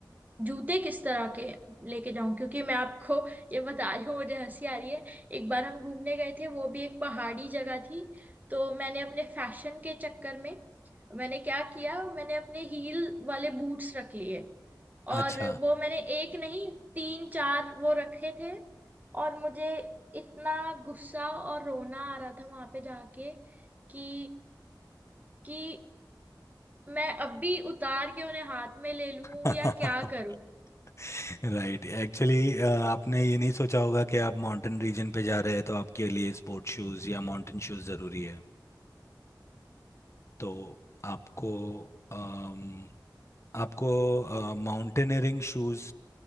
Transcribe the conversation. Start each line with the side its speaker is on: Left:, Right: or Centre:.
Right: जूते किस तरह के लेके जाऊं क्योंकि मैं आपको <laughs> ये बता रही हूँ मुझे हंसी आ रही है एक बार हम घूमने गए थे वो भी एक पहाड़ी जगह थी तो मैंने अपने फैशन के चक्कर में मैंने क्या किया मैंने अपने हील वाले बूट्स रख लिए
Left: अच्छा
Right: और वो मैंने एक नहीं तीन चार वो रखे थे और मुझे इतना गुस्सा और रोना आ रहा था वहां पे जाके कि कि मैं अब भी उतार के उन्हें हाथ में ले लूं
Left: <laughs>
Right: या क्या करूं
Left: राइट एक्चुअली आपने ये नहीं सोचा होगा कि आप माउंटेन रीजन पे जा रहे हैं तो आपके लिए स्पोर्ट शूज़ या माउंटेन शूज़ ज़रूरी है तो आपको अम, आपको mountaineering shoes